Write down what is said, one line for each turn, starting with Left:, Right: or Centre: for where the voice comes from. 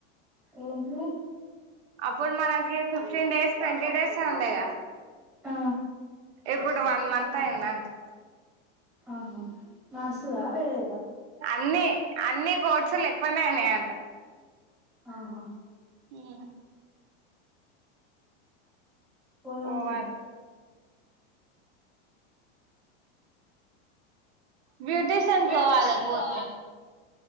Centre: ఏంటిది
Right: అప్పుడు మనకి ఫిఫ్టీన్ డేస్, ట్వంటీ డేస్ ఏ ఉండేగా.
Centre: ఆ.
Right: ఇప్పుడు వన్ మంత్ అయిందంట్.
Centre: ఆహా. నర్స్ దా, వేరేదా.
Right: అన్ని, అన్ని కోర్సులు ఎక్కువనే అయినాయి అంట.
Centre: ఆహా.
Right: ఉమ్.
Centre: పోదాంతీ.
Right: పోవాలి బ్యూటిషియన్
Centre: బ్యూటీషియన్
Right: కోవాల పోతే
Centre: కోవాలి